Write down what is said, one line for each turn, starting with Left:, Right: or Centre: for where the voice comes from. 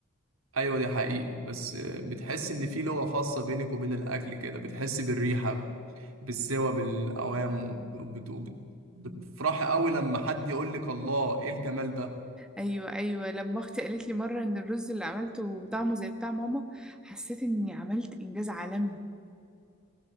Right: ايوه دي حقيقي بس آه، بتحس ان في لغة خاصة بينك وبين الاكل كده بتحس بالريحة بالسوى بالاوام وبت- وبت- بتفرحي قوي لما حد يقول لك الله ايه الجمال ده
Centre: ايوه ايوه لما اختي قالت لي مره ان الرز اللي عملته طعمه زي بتاع ماما حسيت اني عملت انجاز عالمي